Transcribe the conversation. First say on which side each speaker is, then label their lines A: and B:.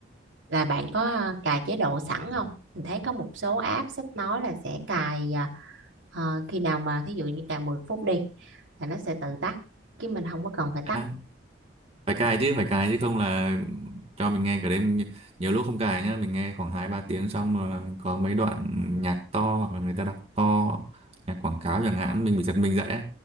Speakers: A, on the right (about 80°); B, on the right (about 30°).
A: là bạn có cài chế độ sẵn không mình thấy có một số app sách nói là sẽ cài Ờ, khi nào mà thí dụ như cài 10 phút đi là nó sẽ tự tắt chứ mình không có cần phải
B: à,
A: tắt
B: phải cài chứ phải cài chứ không là cho mình nghe cả đêm Nhi- nhiều lúc không cài nhá mình nghe khoảng hai ba tiếng xong rồi có mấy đoạn nhạc to hoặc là người ta đọc to nhạc quảng cáo chẳng hạn mình bị giật mình dậy ấy.